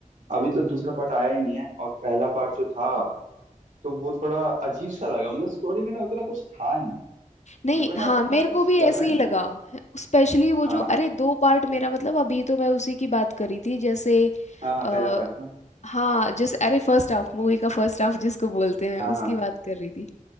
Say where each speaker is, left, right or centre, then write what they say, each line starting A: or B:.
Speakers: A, on the right; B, on the left.
A: अभी तो दूसरा पार्ट आया ही नहीं है और पहला पार्ट जो था तो वो थोड़ा अजीब सा लगा मतलब स्टोरी में ना उतना कुछ था नहीं मेरे
B: नहीं
A: को ना
B: हाँ
A: उतना
B: मेरे को
A: कुछ
B: भी
A: लगा
B: ऐसे
A: नहीं
B: ही लगा स्पेशली वो
A: हाँ
B: जो
A: हाँ
B: अरे दो पार्ट मेरा मतलब अभी तो मैं उसी की बात करी थी जैसे
A: हाँ हाँ,
B: आ,
A: पहला पार्ट ना
B: हाँ जैसे अरे फर्स्ट हाफ मूवी का फर्स्ट हाफ जिसको बोलते हैं
A: हाँ
B: उसकी
A: हाँ
B: बात कर रही थी